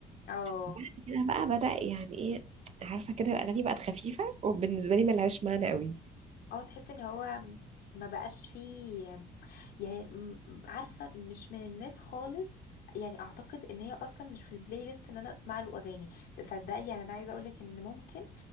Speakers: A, on the left; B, on the right.
A: اه
B: بعد كده بقى بدأ يعني ايه عارفه كده الاغاني بقت خفيفه وبالنسبه لي ملهاش معنى قوي
A: اه تحس ان هو م- ما بقاش فيه يعني م- م- عارفة مش من الناس خالص يعني اعتقد ان هي اصلا مش في البلاي ليست ان انا اسمع له اغاني تصدقي يعني انا عايزه اقولك ان ممكن